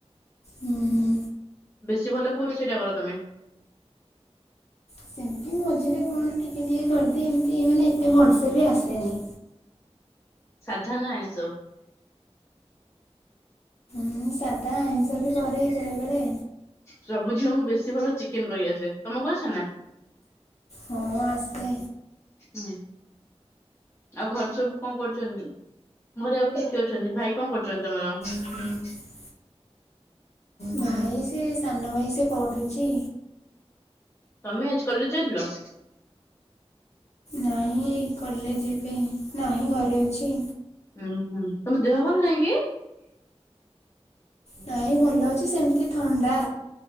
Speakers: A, on the left (about 75°); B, on the left (about 25°).
A: ନାଇଁ।
B: ବେଶି ଭଲ କୋଉ ରୋଷେଇଟା କର ତମେ?
A: ସେମିତି ମଝିରେ କଣ ଟିକେ ଟିକେ କରିଦିଏ ଏମିତି ମାନେ ଏତେ ଭଲସେ ବି ଆସେନି।
B: ସାଧା ନା ଆଇଁଷ?
A: ହୁଁ ସାଧା ଆଇଁଷ ବି କରେ ବେଳେ ବେଳେ।
B: ସବୁ ଝିଅଙ୍କୁ ବେଶୀ ଭଲ ଚିକେନ କରିଆସେ ତମକୁ ଆସେ ନା?
A: ହଁ ଆସେ।
B: ହୁଁ। ଆଉ ଘରେ ସବୁ କଣ କରୁଛନ୍ତି ଘରେ ଆଉ କିଏ କିଏ ଅଛନ୍ତି ଭାଇ କଣ କରୁଛନ୍ତି ତମର?
A: ହୁଁ। ଭାଇ ସେ ସାନ ଭାଇ ସେ ପଢୁଛି।
B: ତମେ ଆଜି କଲେଜ ଯାଇଥିଲ?
A: ନାଇଁ କଲେଜ ଯିବେ ନାହିଁ ଘରେ ଅଛି।
B: ହୁଁ ହୁଁ ତମ ଦେହ ଭଲ ନାଇଁ କି?
A: ନାଇଁ ଭଲ ଅଛି ସେମିତି ଥଣ୍ଡା।